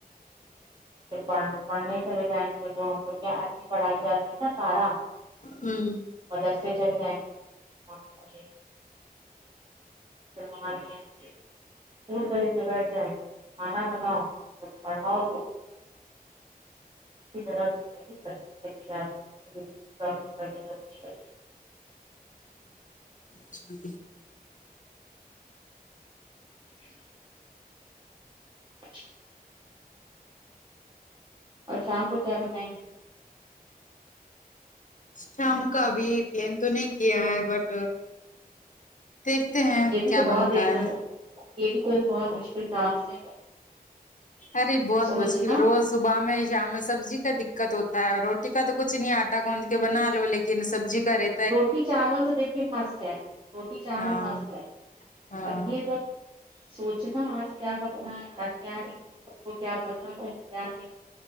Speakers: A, on the right; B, on the left.
A: پ پڑ پڑھنے چلے جائیں وہ کیا ادھی پڑھائی جاتی ہے نا تارہ
B: ہوں
A: مدرسے چلے جاینگے <unintelligible> <unintelligible> دور گلے سے بیٹھ جائ کھانا بناؤ پڑھاؤ <unintelligible>
B: اچھا
A: <unintelligible> چ اور شام کو کیا بنائیں گی
B: شام کا ابھی پلین تو نہیں کیا ہے بٹ دیکھتے ہیں
A: یہ بھی
B: کیا
A: تو بہت
B: بنتا
A: ایک
B: ہے
A: یہ بھی کوئی بہت مشکل ٹاسک ہے
B: ارے بہت
A: سوچنا
B: مشکل روز صبح میں شام میں سبزی کا دقت ہوتا ہے روٹی کا تو کچھ نہیں آٹا گوند کے بنا لو لیکن سبزی کا رہ
A: روٹی چاول تو دیکھیے مسٹ ہے روٹی چاول
B: ہاں
A: مسٹ ہے
B: ہاں
A: اور یہ سب سوچنا آج کیا پکنا ہے آج کیا نہیں اس کو کیا پسند ہے کیا نہیں